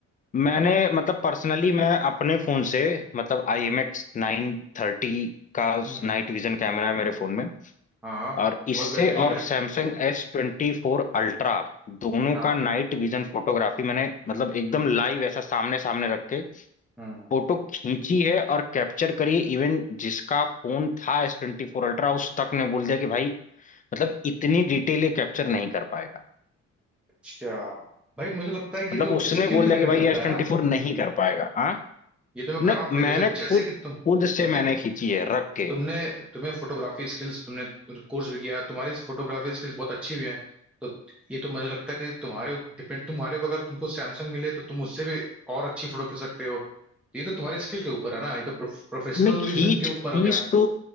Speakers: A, on the left (about 25°); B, in the centre.
A: मैंने मतलब पर्सनली मैं अपने फोन से मतलब I
B: हाँ
A: M X nine thirty का
B: हम्म,
A: नाइट विजन कैमरा है मेरे फोन में
B: हाँ
A: और इससे
B: बहुत बेहतरीन
A: और
B: है
A: Samsung S twenty four ultra दोनों
B: हाँ
A: का नाइट विजन फोटोग्राफी मैंने मतलब एकदम लाइव ऐसा सामने सामने रख के
B: हम्म
A: फोटो खींची है और कैप्चर करी है इवन जिसका फोन था एस ट्वेंटी फोर अल्ट्रा उस तक ने बोल दिया कि भाई मतलब इतनी डिटेल ये कैप्चर नहीं कर पाएगा
B: अच्छा भाई मुझे लगता है कि ये
A: मतलब
B: तो
A: उसने
B: स्किल
A: बोल
B: पे
A: दिया
B: डिपेंड
A: कि भाई
B: करता
A: एस
B: है
A: ट्वेंटी
B: ना
A: फोर नहीं कर पाएगा हाँ
B: ये तो मैं कर
A: न
B: रहा हूँ भाई जैसे
A: मैंने खुद
B: जैसे कि तुम
A: खुद से
B: तुम्हें
A: मैंने खींची है रख के
B: तुमने तुम्हें फोटोग्राफी स्किल्स तुमने कोर्स भी किया तुम्हारी फोटोग्राफी स्किल्स बहुत अच्छी भी हैं तो ये तो मुझे लगता है कि तुम्हारे डिपेंड तुम्हारे ऊपर अगर तुमको सैमसंग मिले तो तुम उससे भी और अच्छी फोटो खींच सकते हो तो ये तो तुम्हारे स्किल के ऊपर है ना ये तो प्रोफेशनलिज्म
A: नहीं खींच
B: के ऊपर
A: खींच
B: हो गया
A: तो